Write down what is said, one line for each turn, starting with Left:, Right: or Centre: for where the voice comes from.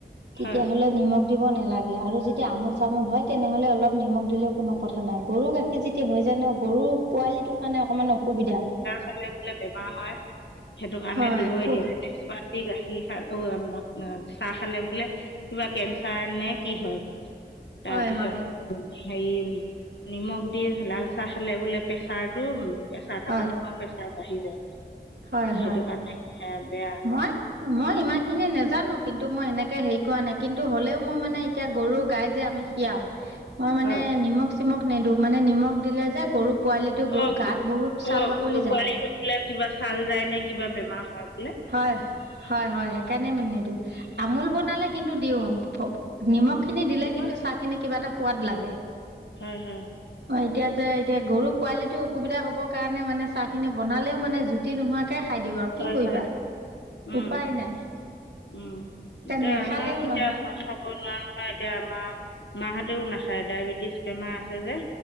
Right: তেতিয়াহলে
Left: হয়
Right: নিমখ দিব নেলাগে আৰু য আমোল চামোল হয় তেনেহলে অলপ নিমখ দিলেও কোনো কথা নাই। গৰু গাখীৰ যদি হৈ যায় ন গৰু পোৱালিটোৰ কাৰণে অকমান অসুবিধা
Left: ফালে বোলে বেমাৰ হয়। সেইটো কাৰণে
Right: হয়
Left: দিবই
Right: পু
Left: দিয়া নাই। এতিয়া ছোৱালী গাখীৰ খা কি খ অ চাহ খালে বোলে কিবা কেঞ্চাৰ নে কি হয়। তাৰপিছত
Right: হয় হয়
Left: হেৰি নিমখ দি লাল চাহ খালে বোলে প্ৰেছাৰটো উ প্ৰেছাৰ থকা
Right: হয়
Left: মানুহৰ প্ৰেছাৰ বাঢ়ি যায়।
Right: হয়
Left: সেইটো
Right: হয়
Left: কাৰণে সেয়া বেয়া
Right: মই মই ইমান খিনি নাজানো কিন্তু মই সেনেকে হেৰি কৰা নাই কিন্তু হ'লেও মই মানে এতিয়া গৰু গাই যে আমি খিয়াও মই মানে
Left: হয়
Right: নিমখ চিমখ নিদিওঁ। মানে নিমখ দিলে যে গৰু পোৱালিটো
Left: অ
Right: গাত বহুত ছাল
Left: অ
Right: বাকলি
Left: পোৱালিটো
Right: যায়।
Left: বোলে কিবা ছাল যায় নে কিবা বেমাৰ হয়। বোলে
Right: হয়। হয়, হয়। সেইকাৰণে মই নিদিওঁ আমুল বনালে কিন্তু দিওঁ। নিমখ
Left: অ
Right: খিনি দিলে
Left: দিব
Right: কিন্তু চাহ খিনি কিবা এটা সোৱাদ লাগে।
Left: হম হু।
Right: এতিয়া যে এতিয়া গৰু পোৱালিটো অসুবিধা হ'ব কাৰণে মানে চাহখিনি বনালেও মানে জুতি নোহোৱা তাকে খাই দিওঁ আৰু
Left: হয়
Right: কি কৰিবা?
Left: হয় উম
Right: উপায় নাই।
Left: উম এতিয়া
Right: নেখালেও
Left: আমাৰ এতিয়া
Right: নহয়।
Left: খাব নোৱাৰা নহয়। এতিয়া আমাৰ মাহঁতেও নাখায় ডায়েবেটিছ বেমাৰ আছে যে।